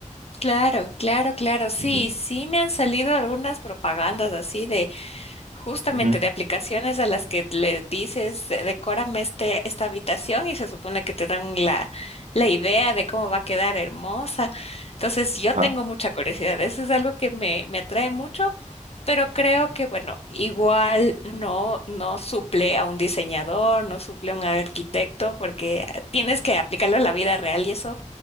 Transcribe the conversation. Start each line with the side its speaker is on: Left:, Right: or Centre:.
Left: Claro, claro, claro, sí,
Right: Ujú.
Left: sí me han salido algunas propagandas así de Justamente
Right: Ujú.
Left: de aplicaciones a las que le dices, eh, decórame este, esta habitación y se supone que te dan la, la idea de cómo va a quedar hermosa. Entonces yo
Right: Ah,
Left: tengo mucha curiosidad, eso es algo que me, me atrae mucho, pero creo que bueno, igual no, no suple a un diseñador, no suple a un arquitecto, porque eh, tienes que aplicarlo a la vida real y eso